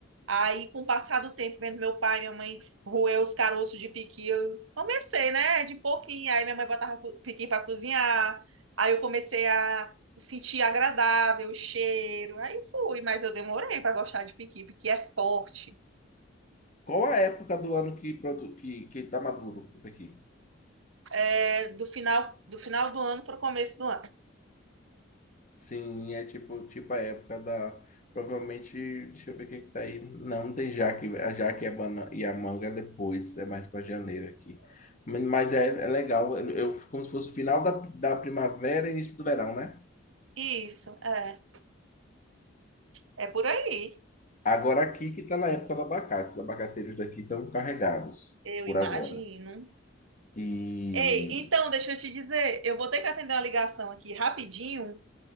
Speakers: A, on the right; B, on the left.
A: Aí, com o passar do tempo, vendo meu pai e minha mãe roer os caroços de piqui, eu comecei, né? De pouquinho. Aí minha mãe botava co- piqui para cozinhar. Aí eu comecei a sentir agradável o cheiro. Aí fui, mas eu demorei para gostar de piqui, porque é forte.
B: Qual a época do ano que, produ que, que tá maduro o pequi?
A: É do final do final do ano para o começo do ano.
B: Sim, é tipo, tipo a época da. Provavelmente, deixa eu ver o que que tá aí. Não, tem jaque. A jaque e a, bana, e a manga é depois, é mais para janeiro aqui. Mas mas é, é legal, eu, eu- como se fosse final da, da primavera e início do verão, né?
A: Isso, é. É por aí,
B: Agora aqui que tá na época do abacate. Os abacateiros daqui estão carregados
A: eu
B: por
A: imagino.
B: agora. E.
A: Ei, então, deixa eu te dizer, eu vou ter que atender uma ligação aqui rapidinho,